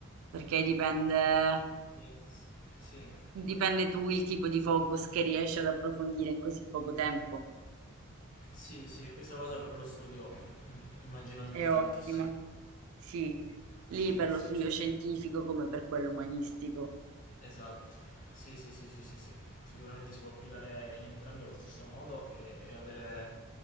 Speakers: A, on the right; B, on the left.
A: perché dipende
B: Yes. Sì.
A: Dipende tu il tipo di focus che riesci ad approfondire in così poco
B: Mhm.
A: tempo.
B: Sì, sì, e questa cosa per lo studio mm, immagino aiuti
A: È
B: tantissimo.
A: ottimo. Sì, lì
B: Sì,
A: per lo
B: sì,
A: studio
B: certo.
A: scientifico come per quello umanistico.
B: Esatto. Sì, sì, sì, sì, sì, sì. Sicuramente si può applicare in entrambi allo stesso modo e e avere